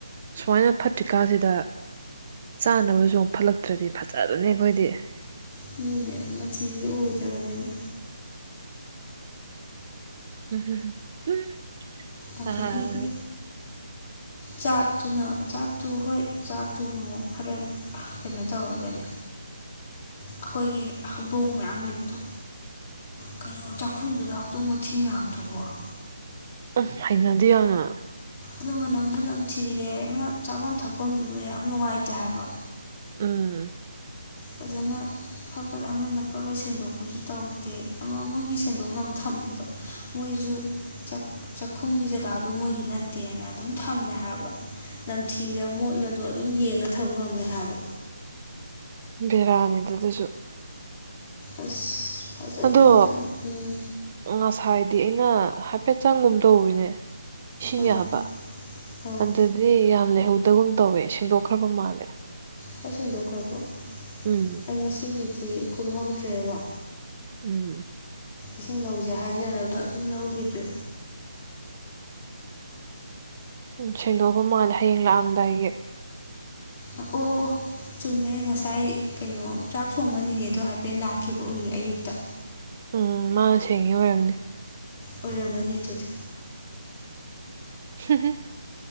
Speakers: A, on the right; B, on the left.
A: ꯁꯨꯃꯥꯏꯅ ꯐꯠꯇ꯭ꯔꯤꯀꯥꯟꯁꯤꯗ ꯆꯥꯅꯕꯁꯨ ꯑꯃ ꯐꯠꯂꯛꯇ꯭ꯔꯗꯤ ꯐꯖꯔꯅꯤ ꯑꯩꯈꯣꯏꯗꯤ
B: ꯑꯗꯨꯅꯦ ꯃꯆꯤꯁꯦ ꯑꯣꯏꯗꯕꯅꯤꯅ
A: <unintelligible>
B: ꯑꯗꯒꯤꯗꯤ
A: ꯎꯝ
B: ꯆꯥꯛꯇꯨꯅ ꯆꯥꯛꯇꯨ ꯍꯣꯏ ꯆꯥꯛꯇꯨ ꯑꯃꯨꯛ ꯈꯔ ꯀꯩꯅꯣ ꯇꯧꯔꯒꯅꯦ ꯑꯩꯈꯣꯏꯒꯤ ꯍꯧꯗꯣꯡ ꯃꯌꯥꯝ ꯂꯩꯕꯗꯣ ꯀꯩꯅꯣ ꯈꯨꯝꯗꯨꯗ ꯍꯥꯎꯇꯣꯡ ꯃꯊꯤ ꯃꯌꯥꯝꯗꯨꯕꫭ
A: ꯎꯝ ꯍꯩꯅꯗꯤ ꯌꯥꯝꯅ
B: ꯑꯗꯨ ꯃꯅꯝꯁꯨ ꯅꯝꯊꯤꯔꯦ ꯑꯃ ꯆꯥꯐꯝ ꯊꯛꯐꯝꯗꯨꯗ ꯌꯥꯝ ꯅꯨꯡꯉꯥꯏꯇꯦ ꯍꯥꯏꯕ
A: ꯎꯝ
B: ꯐꯖꯅ ꯐꯠ ꯐꯠ ꯑꯃꯅ ꯐꯠ ꯐꯠ ꯁꯦꯡꯗꯣꯛꯄꯖꯨ ꯇꯧꯗꯦ ꯑꯃ ꯃꯣꯏꯒꯤ ꯁꯦꯡꯗꯣꯛꯅꯕ ꯊꯝꯕꯗꯣ ꯃꯣꯏꯁꯨ ꯆꯥꯛ ꯆꯥꯛꯈꯨꯝꯒꯤ ꯖꯒꯥꯗꯨ ꯃꯣꯏꯒꯤ ꯅꯠꯇꯦꯅ ꯑꯗꯨꯝ ꯊꯝꯃꯦ ꯍꯥꯏꯕ ꯅꯝꯊꯤꯔ ꯃꯣꯠꯂꯗꯣ ꯑꯗꯨꯝ ꯌꯦꯡꯉ ꯊꯝ ꯉꯝꯃꯦ ꯍꯥꯏꯕ
A: ꯕ‌ꯦꯔꯥꯅꯤ ꯑꯗꯨꯗꯁꯨ
B: ꯑꯁ ꯐꯖꯅ
A: ꯑꯗꯣ
B: ꯐꯖꯅ ꯎꯝ
A: ꯉꯁꯥꯏꯗꯤ ꯑꯩꯅ ꯍꯥꯏꯄꯦꯠ ꯆꯪꯒꯨꯝ ꯇꯧꯋꯤꯅꯦ ꯏꯁꯤꯡ
B: ꯑꯥ
A: ꯌꯥꯕ
B: ꯑꯥ
A: ꯑꯗꯨꯗꯤ ꯌꯥꯝ ꯂꯩꯍꯧꯗꯒꯨꯝ ꯇꯧꯋꯦ ꯁꯦꯡꯗꯣꯛꯈ꯭ꯔꯕ ꯃꯥꯜꯂꯦ
B: ꯀ ꯁꯟꯗꯣꯛꯈ꯭ꯔꯕꯣ
A: ꯎꯝ
B: ꯑꯩ ꯉꯁꯤꯒꯤꯗꯤ ꯀꯨꯝꯍꯧꯗ꯭ꯔꯦꯕ
A: ꯎꯝ
B: ꯏꯁꯤꯡ ꯂꯧꯁꯦ ꯍꯥꯏꯅꯔꯒ ꯑꯗꯨꯝ ꯂꯧꯈꯤꯗ꯭ꯔꯦ
A: ꯎꯝ ꯁꯦꯡꯗꯣꯛꯈꯔ ꯃꯥꯜꯂꯦ ꯍꯌꯦꯡ ꯂꯥꯛꯑꯝꯗꯥꯏꯒꯤ
B: ꯑꯣ ꯑꯣ ꯆꯨꯝꯃ‌ꯦ ꯉꯁꯥꯏ ꯀꯩꯅꯣ ꯆꯥꯛ ꯊꯣꯡꯕ ꯅꯤꯅꯦ ꯗꯣ ꯍꯥꯏꯐꯦꯠ ꯂꯥꯛꯈꯤꯕ ꯎꯌꯦ ꯑꯌꯨꯛꯇ
A: ꯎꯝ ꯃꯥ ꯁꯦꯡꯉꯤ ꯑꯣꯏꯔꯝꯅꯤ
B: ꯑꯣꯏꯔꯝꯃꯅꯤ ꯑꯗꯨꯗꯤ
A: ꯍꯝ ꯍꯝ